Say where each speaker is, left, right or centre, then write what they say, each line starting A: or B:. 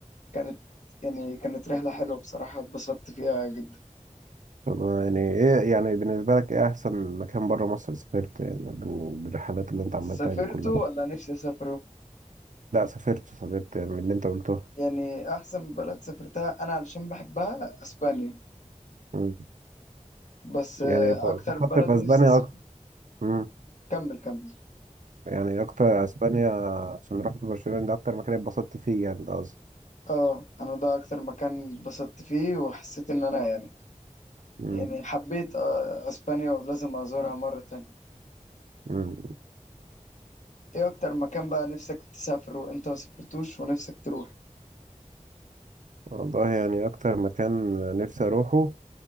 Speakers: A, on the left (about 70°); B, on the right (about 75°).
A: كانت يعني كانت رحلة حلوة بصراحة اتبسطت فيها جدا
B: طب يعني ايه يعني بالنسبة لك ايه احسن مكان بره مصر سافرت يعني بال- بالرحلات اللي انت عملتها
A: سافرتوا
B: دي كلها
A: ولا نفسي اسافروا
B: لا سافرت سافرت يعني من اللي انت قلته
A: يعني احسن بلد سافرتها انا علشان بحبها اسبانيا
B: مم.
A: بس مم.
B: يعني
A: آه،
B: ب-
A: اكتر
B: بفضل
A: بلد
B: في
A: نفسي
B: اسبانيا
A: اسافر
B: اكتر مم.
A: كمل كمل
B: يعني اكتر اسبانيا عشان رحت برشلونة ده اكتر مكان اتبسطت فيه يعني ده قصدي
A: اه انا ده اكتر مكان اتبسطت فيه وحسيت ان انا يعني
B: مم.
A: يعني حبيت آه، اسبانيا ولازم ازورها مرة تانية
B: مم.
A: ايه اكتر مكان بقى نفسك تسافره وانت ما سافرتوش ونفسك تروح
B: والله يعني اكتر مكان نفسي اروحه